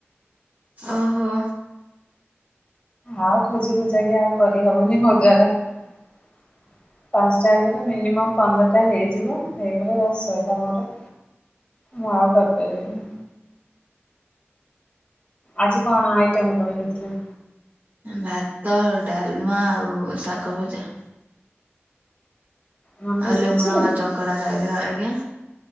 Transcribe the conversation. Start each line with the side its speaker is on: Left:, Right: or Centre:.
Right: ଓହୋ।
Left: ଆଉ ଖୋଜି ଖୋଜା କି ଆଉ କରିହବନି ମୋ ଦ୍ୱାରା ପାଞ୍ଚଟା ହେଇଗଲେ ମିନିମମ୍ ପନ୍ଦରଟା ହେଇଯିବ ହେଇଗଲେ ବାସ୍ ସଇଲା ମୋର ମୁଁ ଆଉ କରିପାରିବିନି। ଆଜି କଣ ଆଇଟମ କଣ ହେଇଥିଲା?
Right: ଭାତ ଡାଲମା ଆଉ ଶାଗ ଭଜା
Left: ନନଭେଜ
Right: ଆଉ ଲେମ୍ବୁ
Left: କିଛି
Right: ଲଙ୍କା
Left: ନାହିଁ?
Right: ଚକଡା ଖାଇଲେ ଆଜ୍ଞା